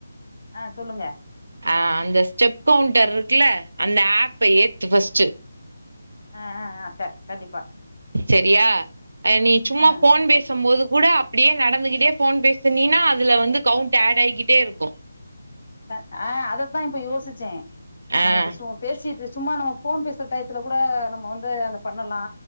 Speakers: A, on the left; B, on the right.
A: ஆ சொல்லுங்க
B: ஆ அந்த ஸ்டெப்வுண்டர் இருக்குல அந்த ஆப்ப ஏத்து ஃபஸ்ட்டு
A: ஆ ஆ ஆ க கண்டிப்பா
B: செரியா நீ சும்மா
A: ஆ
B: ஃபோன் பேச பேசம்போது கூட அப்டியே நடந்துகிட்டே ஃபோன் பேசனீனா அதுல வந்து கவுண்ட் ஆட் ஆயிகிட்டே இருக்கூ
A: அ ஆ அதத்தான் இப்ப யோசிச்சே
B: ஆ
A: நம்ம இப்ப சும் பேசிட்டு சும்மா நம்ம ஃபோன் பேசுற டயத்துல கூட நம்ம வந்து அத பண்ணலா